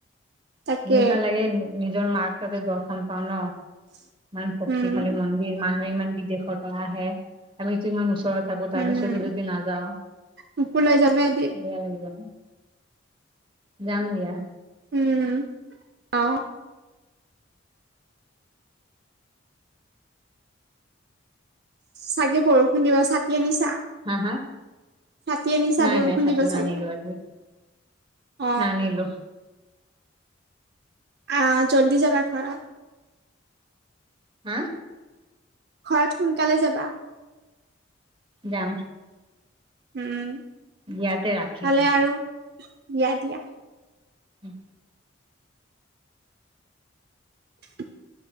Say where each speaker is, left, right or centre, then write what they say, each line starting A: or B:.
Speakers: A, on the right; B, on the right.
A: তাকে
B: এনেকুৱা লাগে নিজৰ মাক তাতে দৰ্শন পাও ন'।
A: <inaudible>
B: ইমান শক্তিশালী
A: উম
B: মন্দিৰ, মানুহে ইমান বিদেশৰ পৰা আহে আমি ইমান ওচৰত থাকো
A: উম,
B: তাৰ পিছত যদি নাযাওঁ।
A: মোকো লৈ যাবা এদিন।
B: বেয়া লাগিব ন'? যাম দিয়া।
A: উম, অ'। চাগে বৰষুণ দিব ছাতি আনিছা?
B: হা হা?
A: ছাতি আনিছা
B: নাই
A: বৰষুণ
B: নাই ছাতি
A: দিব
B: নানিলো
A: চাগে।
B: আজি
A: অ'।
B: নানিলো।
A: আহ, জল্দি যাবা ঘৰত।
B: হা?
A: ঘৰত সোনকালে যাবা।
B: যাম।
A: উম,
B: ইয়াতে ৰাখিছো
A: ভালে আৰু দিয়া দিয়া।
B: উম।
A: <inaudible>